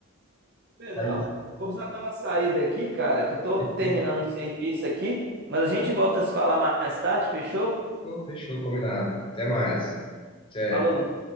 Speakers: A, on the right; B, on the left.
A: Pedrão,
B: Mas,
A: vamos dar uma saída aqui, cara, que eu tô
B: perfeito.
A: terminando um serviço aqui, mas a gente volta a se falar mais tarde, fechou?
B: Fechou, combinado. Até mais. Tchau.
A: Falou.